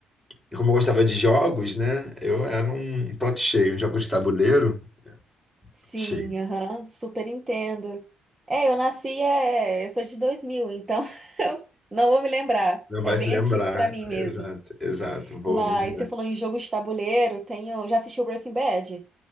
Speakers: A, in the centre; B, on the right (about 20°).
A: e como eu gostava de jogos, né? Eu era um prato cheio, um jogo de tabuleiro. prato
B: sim,
A: Cheio.
B: aham, super entendo. É, eu nasci, é, é, eu sou de 2000, então <laughs> eu não vou me lembrar.
A: Não vai
B: É bem
A: se lembrar.
B: antigo pra mim
A: Exato,
B: mesmo.
A: exato. Vou
B: Mas
A: muito
B: você falou em jogo de tabuleiro, tenho, já assistiu Breaking Bad?